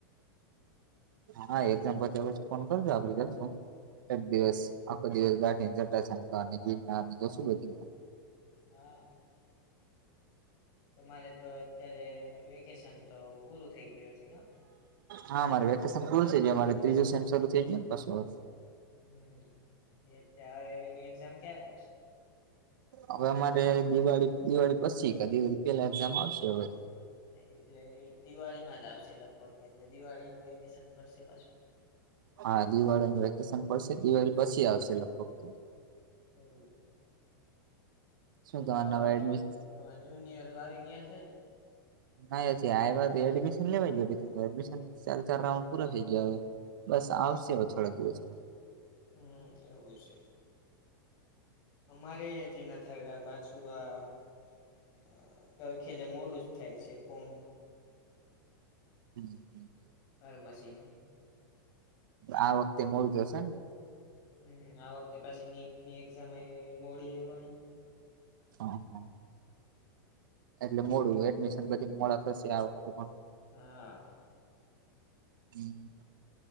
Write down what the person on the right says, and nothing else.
હા એકજામ પછ ફોન કરજો આપડી જ. એક દિવસ
આખો દિવસ ગાઠીને ચટા સા જી બી
હા મારે વેકેશન પૂરું થઈ ગાય મારે ત્રીજું સમ શરૂ થઈ ગય ને ક.
હવે અમારે દિવાળી દિવાળી પછી કે દિવાળી પેલા એક્ઝામ આવશે હવે તો.
હા દિવાળીનું વેકેશન પડશે દિવાળી પછી આવશે લગભગ.
શું
તમારે
નવા
એડમિશન
નઈ વાત એડમિશન લેવાઈ ગયા ત એડમિશન ચાર ચાર રાઉન્ડ પૂરો થઈ ગયો હવે. બસ આવશે હો થોડાક દિવસમાં.
હમ્મ
આ વખતે મોર <unintelligible> ને.
હા હા એટલે મોડું એડમિશન પછી મોડા થશે આ વખતે પણ.
હમ.